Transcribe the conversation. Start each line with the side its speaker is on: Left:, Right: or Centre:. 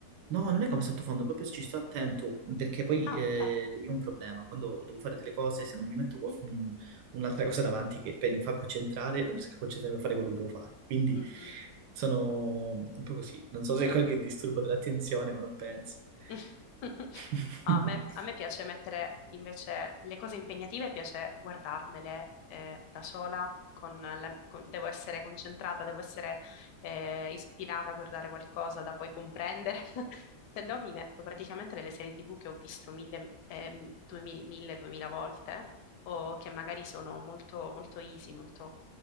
Right: No, non è come sottofondo, proprio ci sto attento, perché poi
Left: Ah,
Right: eh,
Left: ok.
Right: io ho un problema, quando devo fare delle cose, se non mi metto qua-
Left: Mm,
Right: un- un'altra cosa davanti che per- mi fa concentrare, non riesco a concentrarmi a fare quello che devo fare. Quindi
Left: mm, mm.
Right: sono un po' così, non so se è qualche disturbo dell'attenzione, ma non penso.
Left: <laughs>
Right: <laughs>
Left: A me, a me piace mettere invece le cose impegnative, piace guardarmele eh, da sola, con la- con- devo essere concentrata, devo essere eh, ispirata a guardare qualcosa da poi comprendere, <laughs> se no mi metto praticamente delle serie TV che ho visto mille, ehm, duemi- mille, duemila volte o che magari sono molto, molto easy, molto,